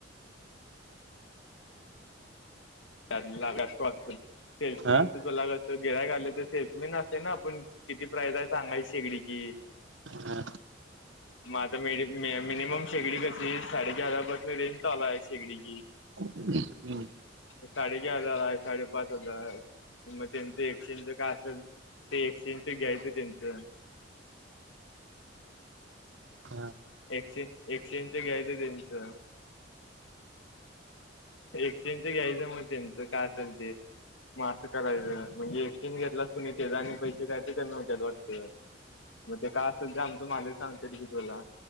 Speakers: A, on the left; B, on the right.
A: त्यात लागणार स्टाफ च, सेल्समन
B: हा
A: च तुला कसं गिराईक आलतर सेल्समेन असतय ना आपण, किती प्राईज आहे सांगायची शेगडी ची
B: हा,
A: मग आता मिनिमम शेगडी कशी साडे चार हजार पाासून रेंज चालू आय शेगडीची
B: हम्म,
A: साडे चार हजार आहे. साडेपाच हजार मग त्यांचं एक्सचेंज काय असेल, ते एक्सचेंजच घ्यायचं त्यांचं, <inaudible>
B: हा,
A: एक्सचेंज, एक्सचेंज च घ्यायचं त्यांचं. एक्सचेंज च घ्यायचं मग त्यांचं काय असेल ते. मग असं करायचं, म्हणजे एक्सचेंज घेतलास तु नाई त्याजं आणि पैसे काय तर कमी हुत्यात वाटत. मग ते काय असेल ते आमच मालक सांग ी तुला